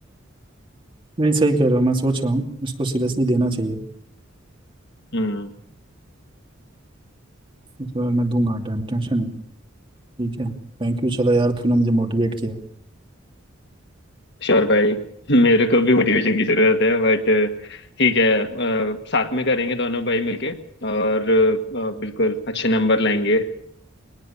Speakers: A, on the right; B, on the left.
A: नहीं सही कह रहे हो मैं सोच रहा हूँ इसको सीरियसली देना चाहिए
B: हम्म
A: इस बार मैं दूंगा टाइम टेंशन है ठीक है थैंक यू चलो यार तूने मुझे मोटिवेट किया
B: श्योर भाई <laughs> मेरे को भी मोटिवेशन की जरूरत है बट ठीक है अ, साथ में करेंगे दोनों भाई मिलके और अ, बिल्कुल अच्छे नंबर लाएंगे